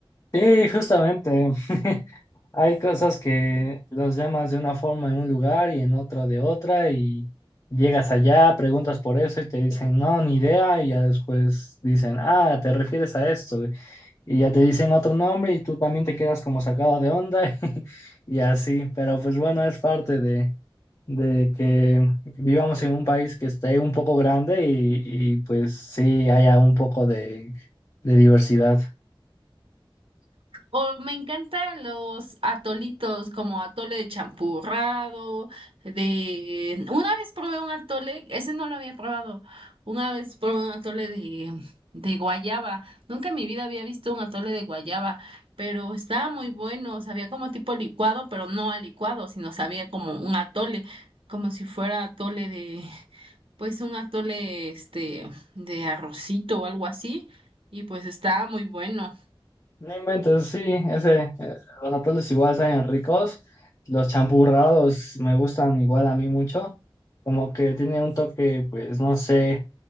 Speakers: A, on the left (about 40°); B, on the right (about 80°).
A: Sí, justamente. <laughs> Hay cosas que los llamas de una forma en un lugar y en otro de otra y llegas allá, preguntas por eso y te dicen, no, ni idea y ya después dicen, ah, te refieres a esto y ya te dicen otro nombre y tú también te quedas como sacado de onda <laughs> y así, pero pues bueno, es parte de, de que vivamos en un país que esté un poco grande y, y pues sí haya un poco de de diversidad.
B: O me encantan los atolitos como atole de champurrado, de... Una vez probé un atole, ese no lo había probado, una vez probé un atole de, de guayaba. Nunca en mi vida había visto un atole de guayaba, pero estaba muy bueno, sabía como tipo licuado, pero no a licuado, sino sabía como un atole, como si fuera atole de, pues un atole este, de arrocito o algo así, y pues estaba muy bueno.
A: No inventes, sí, ese, eh, los atuendos igual saben ricos, los champurrados me gustan igual a mí mucho, como que tiene un toque, pues no sé,